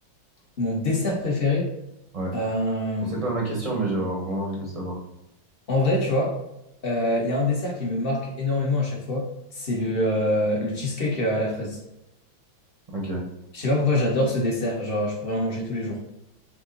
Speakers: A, on the left; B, on the right.
A: Mon dessert préféré?
B: Ouais.
A: euh,
B: Bon, c'est pas ma question, mais j'ai vraiment envie de le savoir.
A: En vrai, tu vois, euh, il y a un dessert qui me marque énormément à chaque fois. C'est le, euh, le cheesecake à la fraise.
B: Ok.
A: Je sais pas pourquoi j'adore ce dessert. Genre, je pourrais en manger tous les jours.